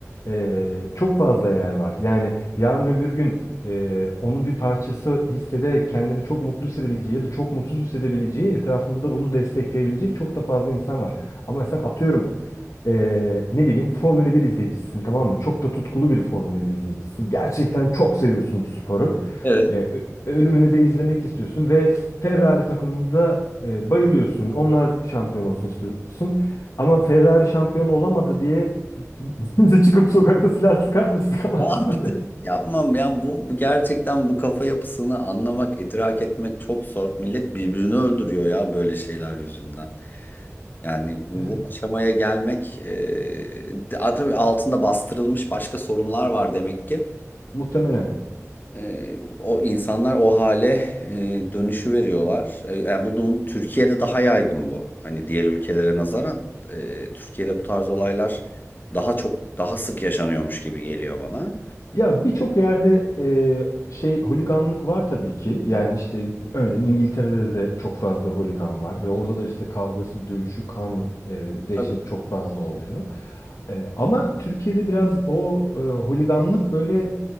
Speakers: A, on the left; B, on the left.
A: e, çok fazla yer var. Yani yarın öbür gün e, onun bir parçası hissederek kendini çok mutlu hissedebileceği ya da çok mutsuz hissedebileceği etrafında da bunu destekleyebilecek çok da fazla insan var. Ama sen atıyorum ee, ne bileyim Formula bir izleyicisisin tamam mı? Çok da tutkulu bir Formula bir izleyicisisin. Gerçekten çok seviyorsun bu sporu.
B: Evet.
A: E, e, ölümünü de izlemek istiyorsun ve Ferrari takımında e, bayılıyorsun. Onlar şampiyon olsun istiyorsun. Ama Ferrari şampiyon olamadı diye <laughs> kimse çıkıp sokakta silah sıkar mı? Sıkamaz
B: Yaptım,
A: <laughs> abi.
B: yapmam. Yani bu, bu gerçekten bu kafa yapısını anlamak, idrak etmek çok zor. Millet birbirini öldürüyor ya böyle şeyler yüzünden. Yani bu,
A: Evet.
B: bu aşamaya gelmek e, a- tabii altında bastırılmış başka sorunlar var demek ki.
A: Muhtemelen.
B: E, o insanlar o hale e, dönüşü veriyorlar. E, yani bunun Türkiye'de daha yaygın bu. Hani diğer ülkelere nazaran e, Türkiye'de bu tarz olaylar daha çok daha sık yaşanıyormuş gibi geliyor bana.
A: Ya birçok yerde e, şey holiganlık var tabii ki. Yani işte örneğin İngiltere'de de çok fazla holigan var ve orada da işte kavgası, dövüşü, kan, e, dehşet
B: Tabii.
A: çok fazla oluyor. E, ama Türkiye'de biraz o e, holiganlık böyle